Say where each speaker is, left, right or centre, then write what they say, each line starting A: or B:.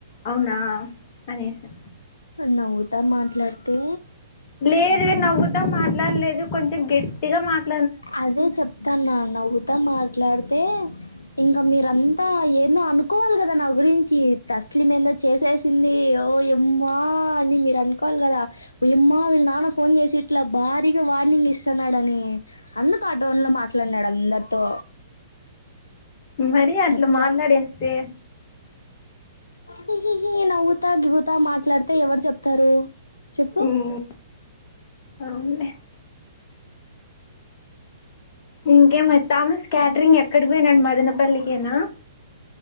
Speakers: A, on the left; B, on the left.
A: అవునా అనేసా
B: నవ్వుతా మాట్లాడితే
A: లేదు లే నవ్వుతా మాట్లాడలేదు కొంచెం గట్టిగా మాట్
B: అదే చెప్తాన్నా నవ్వుతా మాట్లాడితే ఇంకా మీరంతా ఏదో అనుకోవాలి కదా నా గురించి తస్లిం ఏందో చేసేసింది ఓ ఎమ్మా మీరు అనుకోవాలి కదా పోయ్యమ్మా వీళ్ళ నాన్న ఫోన్ చేసి ఇట్లా భారీగా వార్నింగ్ ఇస్తున్నాడని అందుకు ఆ టోన్ లో మాట్లాడినాడు అందరితో
A: మరి అట్లా
B: ఎట్లా
A: మాట్లాడేస్తే
B: హి హి హినవ్వుతా దువుతా మాట్లాడితే ఎవరు చెప్తారు చెప్పు
A: ఉమ్, అవునులే ఇంకేమ థామస్ క్యాటరింగ్
B: ఆ
A: ఎక్కడ పోయినాడు మదనపల్లికేనా